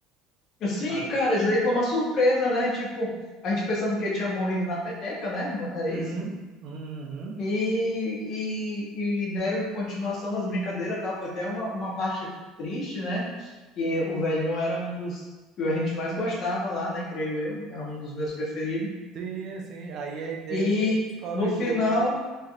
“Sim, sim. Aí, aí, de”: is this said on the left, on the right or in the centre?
Right